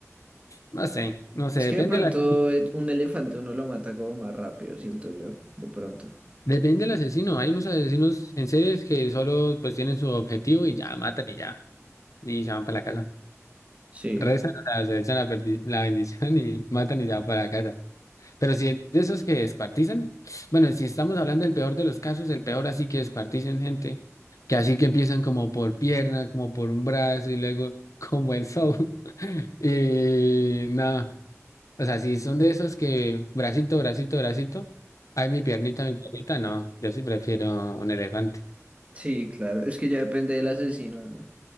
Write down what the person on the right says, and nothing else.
Es
que de pronto
eh, un elefante uno lo mata como más rápido, siento yo, de pronto.
Sí.
Sí, claro, es que ya depende del asesino, ¿no?